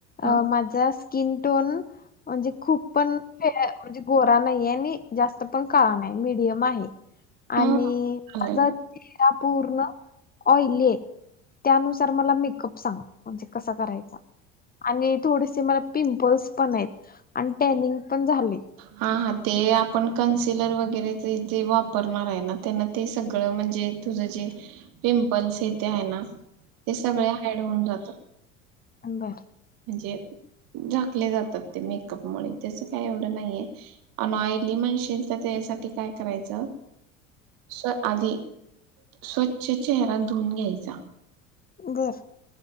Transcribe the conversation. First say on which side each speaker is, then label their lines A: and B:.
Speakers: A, on the right; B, on the left.
A: ह
B: अ माझा स्किनटोन म्हणजे खूप पण ख म्हणे गोरा नाही आणि जास्त पण कळा नाही मिडयम आहे
A: ह
B: आणि
A: चालेल
B: माझा चेहरा पूर्ण ऑइली आहे त्यानुसार मला मेकअप खूप सांग म्हणजे कसा करायचा आणि थोडीसे मला पिंपल्स पण आहेत आणि टॅनिंग पण झाले
A: हा हा ते आपण कन्सिलर वगेरे जे जे वापरणार हाय ना त्यांना ते सगळं मणजे तुझं जे पिंपल्स हे ते हाय ना ते सगळे हाईड होऊन जात
B: बर
A: म्हणजे झाकले जातात ते मेकअप मुळे त्याच काय एवड नाहीये अ ऑयली म्हणशीलील तर त्यासाठी काय करायचं सो आदी स्वच्छ चेहरा धुऊन घ्यायचा
B: घर